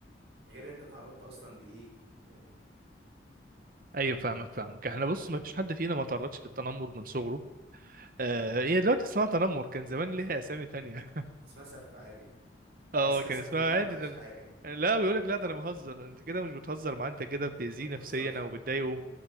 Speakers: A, on the right; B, on the right.
A: غير انت تعرضت اصلا لايه يعني
B: ايوه فاهمك فاهمك احنا بص ما فيش حد فينا ما تعرضش للتنمر من صغره آه هي دلوقتي اسمها تنمر كان زمان ليها اسامي تانية
A: اسمها سف عادي يعني
B: اه
A: تحس ان
B: كان
A: السف
B: اسمها
A: دي
B: عادي
A: ما فيهاش
B: ده
A: حاجة
B: أنا-
A: يعني
B: يعني لا بيقول لك لا ده انا بهزر انت كده مش بتهزر معاه انت كده بتأذيه
A: يعني ما بتهزرش
B: نفسيا او
A: بقى
B: بتضايقه